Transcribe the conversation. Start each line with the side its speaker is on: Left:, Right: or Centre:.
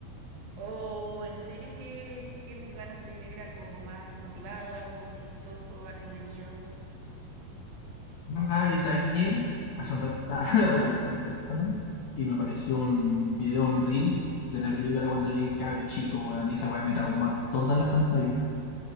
Right: ¿O en serio que tienes ganas de ver algo más motivado, algo chistoso, algo de miedo?
Left: Ah, ¿y sabes quién? Hace un rato estaba <laughs> hueando en el teléfono y me apareció un
Right: Ujú.
Left: video, un Reels de una película cuando llegué cabro chico, weón, y esa weá me traumó toda la santa vida.